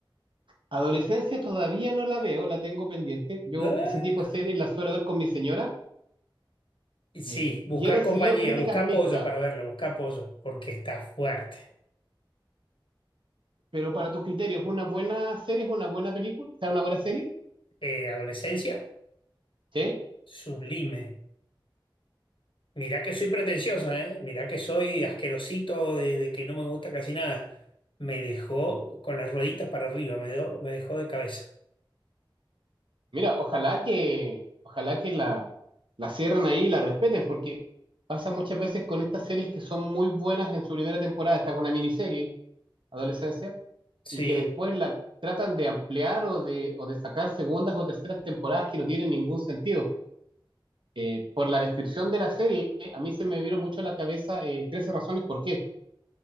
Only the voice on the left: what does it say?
Ah,
y Sí,
Busca
compañía,
busca
apoyo para verla, busca apoyo, porque está fuerte.
Eh, adolescencia,
sublime. Mirá que soy pretencioso, ¿eh? Mirá que soy asquerosito de, de que no me gusta casi nada. Me dejó con las rueditas para arriba, me, do- me dejó de cabeza.
Sí,